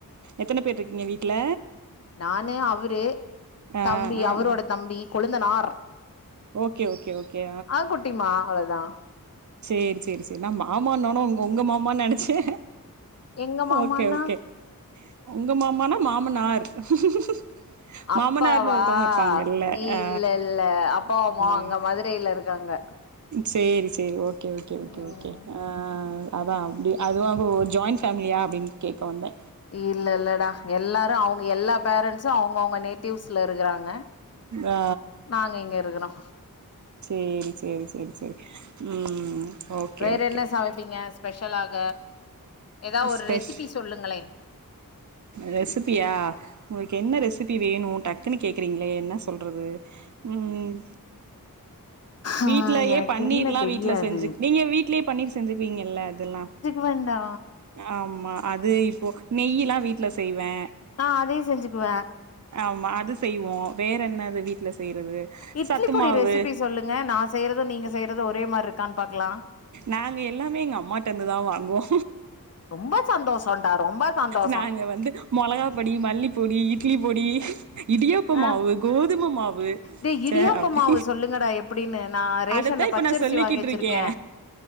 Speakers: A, on the right; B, on the left.
A: எத்தன பேர் இருக்கீங்க வீட்ல
B: நானு அவரு
A: ஆ
B: தம்பி
A: ஆ
B: அவரோட
A: ஆ
B: தம்பி கொழுந்தனார்
A: ஓகே ஓகே ஓகே
B: ஆ குட்டிமா அவ்ளோதா
A: சேரி சேரி சேரி நா மாமான்னோன உங்க மாமானு நெனைச்சே
B: எங்க மாமான்னா
A: ஓகே ஓகே உங்க மாமானா மாமனார் உ மாமனார்ன்னு
B: அப்பாவா
A: ஒருத்தவங்க இருப்பாங்கல்ல
B: இல்ல
A: அ,
B: இல்ல அப்பா அம்மா
A: ம்
B: அங்க மதுரையில இருக்காங்க
A: சேரி சேரி ஓகே ஓகே ஓகே
B: ம்
A: ஓகே அ அதா அப்டி அதுவு அவ ஜாயிண்ட் ஃபேமிலியா அப்டின்னு கேக்க வந்தே
B: இல்ல இல்லடா எல்லாரு அவங்க எல்லா பேரண்ட்ஸ்சும் அவங்க அவுங்க நேட்டிவ்ஸ்ல இருக்கறாங்க
A: ஆ
B: நாங்க இங்க இருக்கிறோ
A: சேரி சேரி சேரி சேரி, ம் ஓகே
B: வேற
A: ஓகே
B: என்ன சமைப்பீங்க ஸ்பெஷலாக ஏதா ஒரு
A: ஸ்பெஷ்
B: ரெசிபி சொல்லுங்களே
A: ரெசிபியா உங்களுக்கு என்ன ரெசிபி வேணு டக்குன்னு கேக்குறீங்களே என்ன சொல்றது ம்
B: ஆ
A: வீட்லயே
B: எனக்கு
A: பனீர்ல்லா
B: என்ன தெரியாது
A: வீட்ல செஞ்சு நீங்க வீட்லயே பனீர் செஞ்சுக்குவீங்கல்ல அதெல்லா
B: வன்டா
A: ஆமா அது இப்போ நெய்யில்லா வீட்ல செய்வே
B: ஆ அதையு செஞ்சுக்குவே
A: ஆமா அது செய்வோ வேற என்னது வீட்ல செய்றது
B: இட்லி
A: சத்து
B: பொடி
A: மாவு
B: ரெசிபி சொல்லுங்க நா செய்றதும் நீங்க செய்றது ஒரே மாரி இருக்கான்னு பாக்கலா
A: நாங்க எல்லாமே எங்க அம்மாட்ட இருந்துதா வாங்குவோ
B: ரொம்ப சந்தோஷம்டா ரொம்ப சந்தோஷோ
A: நாங்க வந்து மொளகா பொடி, மல்லிப்பொடி இட்லி பொடி, இடியாப்ப
B: ம்
A: மாவு, கோதும மாவு
B: டேய்
A: ச
B: இடியாப்ப
A: அப்டி
B: மாவு சொல்லுங்கடா எப்டின்னு நா ரேஷன்ல
A: அதத்தா இப்ப
B: பச்சரிசி
A: நா சொல்லிகிட்ருக்கே
B: வாங்கி வச்சிருக்கே